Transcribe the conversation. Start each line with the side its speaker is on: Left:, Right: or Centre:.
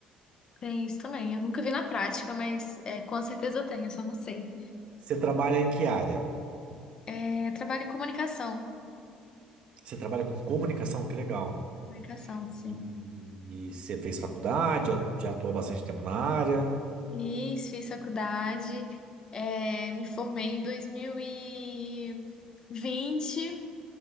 Left: tem isso também. Eu nunca vi na prática, mas é, com certeza eu tenho, eu só não sei.
Right: Você trabalha em que área?
Left: É, é trabalho em comunicação.
Right: Você trabalha com comunicação? Que legal.
Left: Comunicação, sim.
Right: E, e você fez faculdade, já já atuou há bastante tempo na área,
Left: Fiz, fiz faculdade, é, me formei em 2020 e vinte